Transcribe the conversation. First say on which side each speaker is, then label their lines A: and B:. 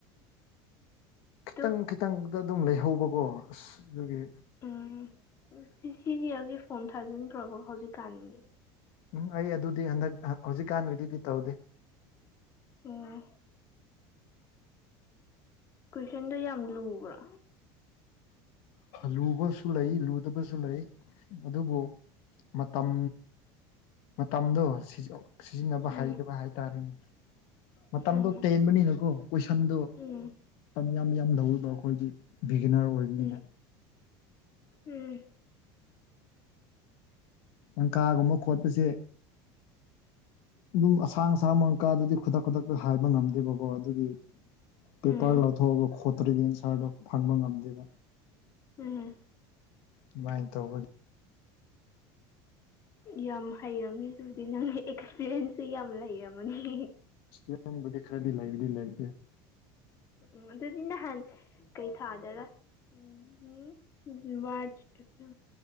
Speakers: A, on the left; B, on the left.
A: ꯑꯗꯨ
B: ꯈꯤꯇꯪ ꯈꯤꯇꯪꯗ ꯑꯗꯨꯝ ꯂꯩꯍꯧꯕꯀꯣ ꯑꯁ ꯑꯗꯨꯒꯤ
A: ꯎꯝ ꯁꯤ ꯁꯤꯒꯤ ꯑꯩꯒꯤ ꯐꯣꯝ ꯊꯥꯖꯤꯟꯈ꯭ꯔꯕ ꯍꯧꯖꯤꯛꯀꯥꯟꯒꯤ
B: ꯎꯝ ꯑꯩ ꯑꯗꯨꯗꯤ ꯍꯟꯗꯛ ꯍꯧꯖꯤꯛꯀꯥꯟꯒꯤꯗꯤꯗꯤ ꯇꯧꯗꯦ
A: ꯑꯣ ꯀꯨꯣꯏꯁꯟꯗꯨꯣ ꯌꯥꯝ ꯂꯨꯕ꯭ꯔꯥ
B: ꯂꯨꯕꯁꯨ ꯂꯩ ꯂꯨꯗꯕꯁꯨ ꯂꯩ ꯑꯗꯨꯕꯨ ꯃꯇꯝ ꯃꯇꯝꯗꯣ ꯁꯤꯖꯤꯟꯅꯕ
A: ꯎꯝ
B: ꯍꯩꯗꯕ ꯍꯥꯏꯇꯥꯔꯦꯅꯦ ꯃꯇꯝꯗꯣ
A: ꯎꯝ
B: ꯇꯦꯟꯕꯅꯤꯅꯀꯣ ꯀꯣꯏꯁꯟꯗꯨ
A: ꯎꯝ
B: ꯌꯥꯝ ꯌꯥꯝ ꯂꯧꯔꯤꯕ ꯑꯩꯈꯣꯏꯒꯤ ꯕꯤꯒꯤꯅꯔ ꯑꯣꯏꯕꯅꯤꯅ
A: ꯎꯝ ꯎꯝ
B: ꯀꯪꯀꯥꯒꯨꯝꯕ ꯈꯣꯠꯄꯁꯦ ꯑꯗꯨꯝ ꯑꯁꯥꯡ ꯑꯁꯥꯡ ꯃꯪꯀꯥꯗꯨꯗꯤ ꯈꯨꯗꯛ ꯈꯨꯗꯛꯇ ꯍꯥꯏꯕ ꯉꯝꯗꯦꯕꯀꯣ ꯑꯗꯨꯒꯤ ꯄꯦꯄꯔ
A: ꯎꯝ
B: ꯂꯧꯊꯣꯛꯑꯒ ꯈꯣꯠꯇ꯭ꯔꯤꯒꯤ ꯑꯟꯁꯥꯔꯗꯣ ꯐꯪꯕ ꯉꯝꯗꯦꯕ
A: ꯎꯝ
B: ꯗꯨꯃꯥꯏ ꯇꯧꯕꯒꯤ
A: ꯌꯥꯝ ꯍꯩꯔꯝꯅꯤ ꯑꯗꯨꯗꯤ ꯅꯪꯒꯤ ꯑꯦꯛꯁꯄꯤꯔꯤꯌꯦꯟꯁꯁꯦ ꯌꯥꯝ ꯂꯩꯔꯝꯅꯤ
B: ꯏꯁꯗꯤ ꯈꯔꯗꯤ ꯂꯥꯏꯗꯤ ꯂꯥꯏ
A: ꯎꯝ ꯑꯗꯨꯗꯤ ꯅꯍꯥꯟ ꯀꯩ ꯊꯥꯗꯔ ꯎꯝ ꯃꯥꯔꯆ